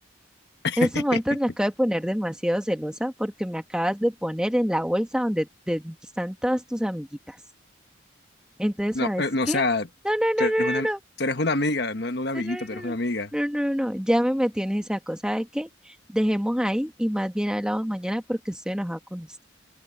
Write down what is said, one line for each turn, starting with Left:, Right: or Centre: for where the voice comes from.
Left: <laughs>
Centre: En estos momentos me acabo de poner demasiado celosa porque me acabas de poner en la bolsa donde te- están todas tus amiguitas. Entonces,
Left: No,
Centre: ¿sabes
Left: eh, no,
Centre: qué?
Left: o sea,
Centre: No, no, no,
Left: tú eres una,
Centre: no,
Left: tú eres una amiga, no, no una amiguita,
Centre: no, no,
Left: tú
Centre: no,
Left: eres una amiga.
Centre: no, no, no, no, no, no, ya me metí en esa cosa. ¿Sabe qué? Dejemos ahí y más bien hablamos mañana porque estoy enojada con usted.